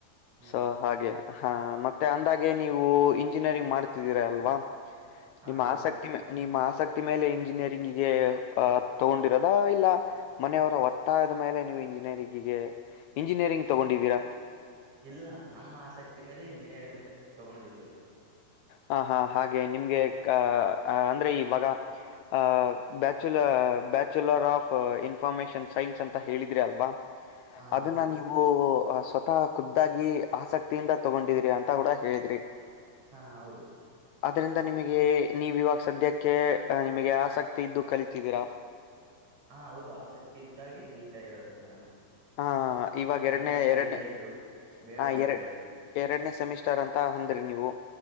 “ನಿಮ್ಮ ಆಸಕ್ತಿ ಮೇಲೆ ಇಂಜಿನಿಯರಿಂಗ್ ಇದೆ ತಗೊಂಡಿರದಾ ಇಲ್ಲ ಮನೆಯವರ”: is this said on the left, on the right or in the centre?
Left